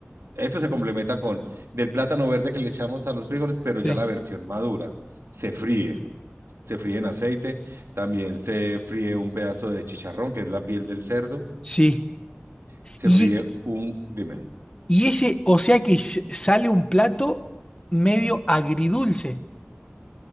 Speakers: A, on the right; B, on the left.
A: eso se complementa con del plátano verde que le echamos a los frijoles, pero ya
B: Sí,
A: la versión madura. Se fríe. Se fríe en aceite. También se fríe un pedazo de chicharrón, que es la piel del cerdo.
B: sí.
A: Se
B: Y,
A: fríe un, dime.
B: y ese, o sea que s- sale un plato medio agridulce.